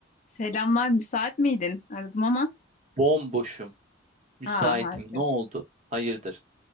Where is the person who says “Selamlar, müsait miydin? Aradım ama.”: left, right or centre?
Left